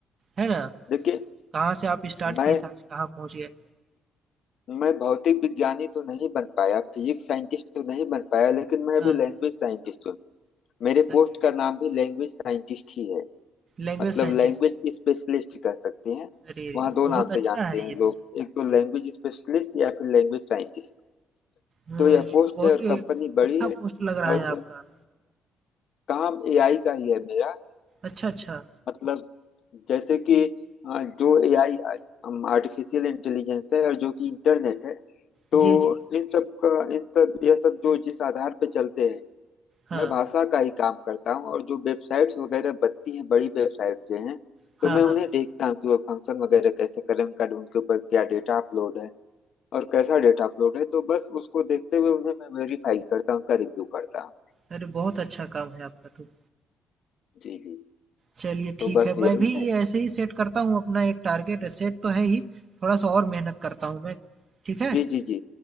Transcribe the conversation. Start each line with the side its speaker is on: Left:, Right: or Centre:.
Right: है ना?
Left: देखिए
Right: कहाँ से आप स्टार्ट
Left: मैं
Right: किए थे आज कहाँ पहुँच गए।
Left: मैं भौतिक विज्ञानी तो नहीं बन पाया फिजिक्स साइंटिस्ट तो नहीं बन पाया लेकिन मैं
Right: हाँ।
Left: अभी लैंग्वेज साइंटिस्ट हूँ मेरे
Right: अरे!
Left: पोस्ट का नाम भी लैंग्वेज साइंटिस्ट ही है
Right: Language
Left: मतलब
Right: scientist.
Left: लैंग्वेज स्पेशलिस्ट कह सकते हैं
Right: अरे रे!
Left: वहाँ दो
Right: बहुत
Left: नाम
Right: अच्छा
Left: से जानते
Right: है
Left: हैं
Right: ये तो।
Left: लोग एक तो लैंग्वेज स्पेशलिस्ट या फिर लैंग्वेज साइंटिस्ट
Right: हाँ,
Left: तो यह
Right: ये
Left: पोस्ट
Right: तो बहुत
Left: है और
Right: ही
Left: कंपनी बड़ी
Right: अच्छा
Left: है
Right: पोस्ट लग रहा
Left: और
Right: है आपका।
Left: काम एआई का ही है मेरा
Right: अच्छा, अच्छा।
Left: मतलब जैसे कि अ, जो एआई आर्टिफिशियल इंटेलिजेंस है और जो कि इंटरनेट है तो
Right: जी, जी।
Left: इन सब का इन सब यह सब जो जिस आधार पे चलते हैं
Right: हाँ।
Left: मैं भाषा का ही काम करता हूँ और जो वेबसाइट्स वगैरह बनती हैं बड़ी वेबसाइट जो हैं
Right: हाँ,
Left: तो मैं
Right: हाँ।
Left: उन्हें देखता हूँ कि वो फंक्शन वगैरह कैसे करें उनका उनके ऊपर क्या डेटा अपलोड है और कैसा डेटा अपलोड है तो बस उसको देखते हुए उन्हें मैं वेरीफाई करता हूँ उनका रिव्यू करता हूँ
Right: अरे बहुत अच्छा काम है आपका तो।
Left: जी जी
Right: चलिए ठीक
Left: तो बस
Right: है, मैं
Left: यही
Right: भी
Left: है
Right: ऐसे ही सेट करता हूँ अपना एक टारगेट सेट तो है ही, थोड़ा-सा और मेहनत करता हूँ मैं, ठीक है?
Left: जी जी जी